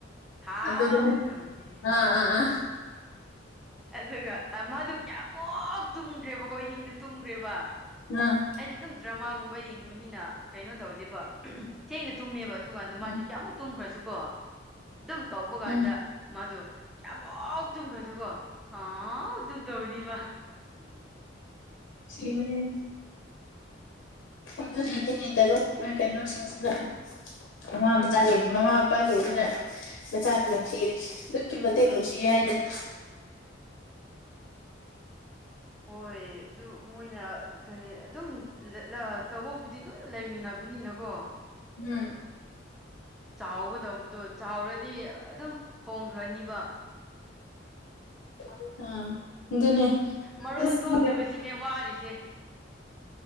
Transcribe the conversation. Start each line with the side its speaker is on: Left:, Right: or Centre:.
Centre: ꯍꯥꯎ
Left: ꯑꯗꯨꯗ
Centre: ꯇꯧꯅꯤ
Left: ꯑꯥ ꯑ
Centre: ꯑꯗꯨꯒ ꯃꯥꯗꯨ ꯀꯌꯥꯃꯨꯛ ꯇꯨꯝꯈ꯭ꯔꯦꯕꯀꯣ ꯑꯍꯤꯡꯗ ꯇꯨꯝꯈ꯭ꯔꯦꯕ
Left: ꯑ
Centre: ꯑꯩꯗꯤ ꯑꯗꯨꯝ ꯗ꯭ꯔꯃꯥꯒꯨꯝꯕ ꯌꯦꯡꯕꯅꯤꯅ ꯀꯩꯅꯣ ꯇꯧꯗꯦꯕ ꯊꯦꯡꯅ ꯇꯨꯝꯃꯦꯕ ꯑꯗꯨꯀꯥꯟꯗ ꯃꯥꯗꯤ
Left: ꯎꯝ
Centre: ꯀꯌꯥꯃꯨꯛ ꯇꯨꯝꯈ꯭ꯔꯁꯨꯀꯣ ꯑꯗꯨꯝ ꯀꯧꯕ ꯀꯥꯟꯗ
Left: ꯎꯝ
Centre: ꯃꯥꯗꯣ ꯌꯥꯝꯃꯛ ꯇꯨꯝꯈ꯭ꯔꯁꯨ ꯀꯣ ꯑꯥ ꯑꯣꯗꯝ ꯇꯧꯅꯤ ꯋꯥ
Left: ꯑ° ꯑꯗꯨꯒꯤꯅꯤꯅꯦ ꯇꯥꯏꯕꯪ ꯀꯩꯅꯣꯁꯤꯡꯁꯤꯅ ꯑꯉꯥꯡ ꯃꯆꯥꯁꯤꯡꯁꯤ ꯃꯃꯥ ꯃꯄꯥꯁꯤꯡꯁꯤꯅ ꯃꯆꯥ ꯅꯨꯡꯁꯤ ꯑꯗꯨꯛꯀꯤ ꯃꯇꯤꯛ ꯅꯨꯡꯁꯤ ꯍꯥꯏꯗꯅ
Centre: ꯍꯣꯏ ꯑꯗꯨ ꯃꯣꯏꯅ ꯀꯔꯤ ꯑꯗꯨꯝ ꯇꯧꯕꯕꯨꯗꯤ ꯑꯗꯨꯝ ꯂꯩꯃꯤꯟꯅꯕꯅꯤꯅꯀꯣ
Left: ꯎꯝ
Centre: ꯆꯥꯎꯒꯗꯧꯕꯗꯣ ꯆꯥꯎꯔꯗꯤ ꯑꯗꯨꯝ ꯍꯣꯡꯈ꯭ꯔꯅꯤꯕ
Left: <unintelligible> ꯑꯗꯨꯅꯦ
Centre: ꯃꯔꯣꯟ
Left: ꯑꯁ
Centre: ꯊꯣꯛꯇꯕꯁꯤꯅꯦ
Left: ꯈꯪꯗꯦ
Centre: ꯋꯥꯔꯤꯁꯦ